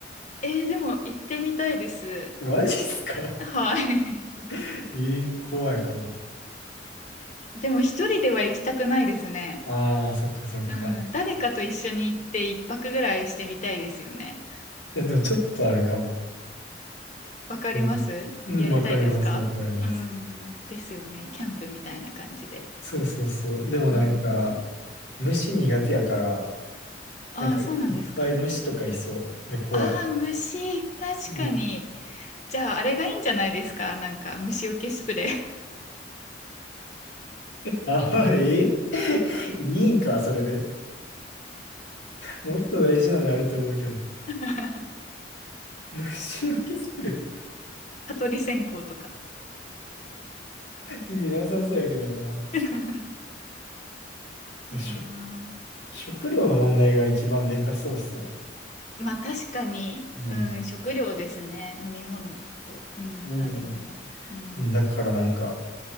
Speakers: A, on the left; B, on the left.
A: えーでも行ってみたいです。
B: マジっすか
A: はい。
B: <laughs> えー、怖いかも。
A: <laughs> でも一人では行きたくないですね。
B: ああ、そっかそっか。
A: うん、誰かと一緒に行って一泊ぐらいしてみたいですよね。
B: え、でもちょっとあるかも。
A: わかりますやりたいですかうん、
B: うん、うんわかります、わかります。
A: ですよね。キャンプみたいな感じで。
B: そうそうそう。でもなんか、
A: うんうん。
B: 虫苦手やから、
A: ああ、
B: なんかいっぱい虫とかいそう。
A: そうなんですか
B: で、怖い。
A: ああ、虫。確かに。
B: うん
A: じゃあ、あれがいいんじゃないですかなんか、虫除けスプレー。
B: あ、<laughs> えいいんか、それで。もっと大事なのあると思うけど。
A: <laughs>
B: 虫除けスプレ
A: 蚊取り線香とか。
B: ー意味なさそうやけどな。
A: <laughs> いやー、
B: しょ食料の問題が一番でかそうっすね。
A: うん。まあ確かに、
B: うん。
A: うん、食料ですね。飲み物と、うん、
B: う
A: 食べ物。うん。
B: ん。だからなんか、